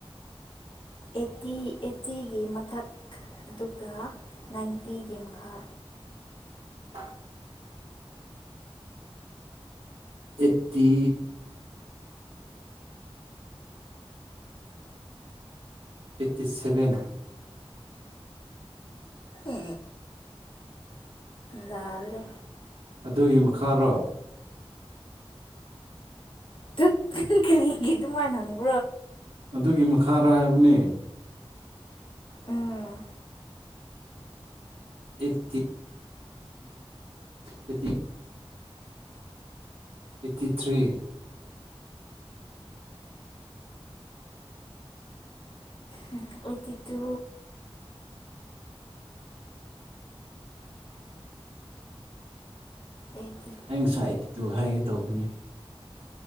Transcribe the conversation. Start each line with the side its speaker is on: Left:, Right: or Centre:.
Left: ꯑꯦꯇꯤ ꯑꯦꯇꯤꯒꯤ ꯃꯊꯛ ꯑꯗꯨꯒ ꯅꯥꯏꯟꯇꯤꯒꯤ ꯃꯈꯥ
Right: <inaudible> ꯑꯦꯠꯇꯤ ꯑꯩꯠꯇꯤ ꯁꯚꯦꯟ
Left: ꯑꯦ ꯂꯥꯜꯂꯦ
Right: ꯑꯗꯨꯒꯤ ꯃꯈꯥꯔꯣ
Left: ꯇꯨꯠ ꯀꯔꯤꯒꯤ ꯑꯗꯨꯃꯥꯏ ꯍꯪꯕ
Right: ꯑꯗꯨꯒꯤ ꯃꯈꯥꯔ ꯍꯥꯏꯕꯅꯦ
Left: ꯎꯝ
Right: ꯑꯦꯠꯇꯤ ꯑꯦꯠꯇꯤ ꯑꯩꯠꯇꯤ ꯊ꯭ꯔꯤ
Left: ꯎꯝ ꯑꯩꯠꯇꯤ ꯇꯨ ꯑꯩꯠꯇꯤ
Right: ꯑꯩ ꯉꯁꯥꯏ ꯏꯇꯤꯇꯨ ꯍꯥꯏꯒꯦ ꯇꯧꯕꯅꯤ